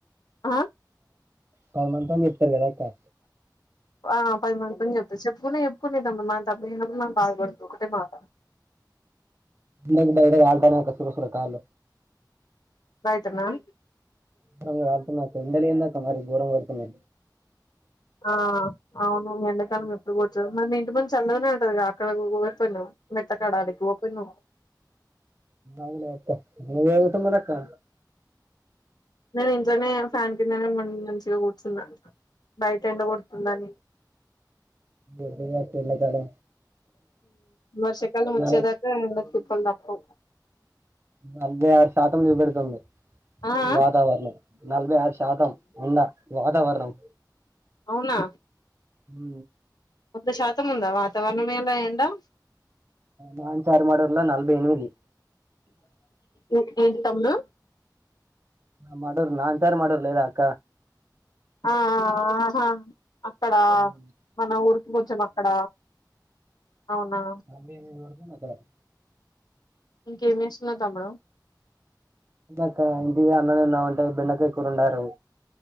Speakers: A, on the left (about 65°); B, on the right (about 35°).
A: ఆ
B: ప మంతని చెప్తారు సరే క్కా
A: ఆ పది మంది పని చెప్త చెప్పుకునే చెప్పుకునే తమ్ మన తప్ప అయినప్పుడు మనకు బాధపడుతు ఒకటే మాట
B: బ వాల్ప కస కస రకాల
A: బాయిట్ మ్యామ్
B: కారుతున్నాయి క్కా ఎండాలే లే మరి గోరం అవు
A: ఆ అవును ఎన్ - ాలం ఎప్పుడు కూచ్చుదు మరి ఇంటి ముందు చల్లదనే ఉంటదింది అక్కడకి పోనువు మెత్తకాడాకి ఓపోనువు
B: అడి అతేు కా
A: నేను ఇంట్లోనే ఫ్యాన్ కిందనే మంచిగా కూర్చున్నా బయట ఎండకడుతుందని
B: అత ఎలా తాాల
A: వర్షాకాల ముచ్చేదాకా
B: నల
A: ఎన్ చప్ప నాకు
B: నలభై ఆరు శాతం ఇవ్వబెడుతుంది
A: ఆ ఆ
B: వాతావరణం నలభై ఆరు శాతం అన్న వాతావరణం
A: అవునా
B: హ
A: వంద శాతం ఉందా వాతావరణం ఎలా ఏడా
B: నాన్ చార్ మర్లా నలభై ఎనిమిది
A: ఏ ఏంటి తమ్డు
B: నా మోరు నాన్ చారు మర్లే లేదా అక్క
A: ఆ ఆహా అక్కడ
B: ఉమ్,
A: మన ఊరికి కొంచెం అక్కడ అవునా
B: అ నిడుతు అక్కడ
A: ఇంకేం చేస్తున్నారు తమ్ముడు
B: క్క ఇంటి అన్ననే ఉన్నామంటే బిండకాయ కూరున్నారు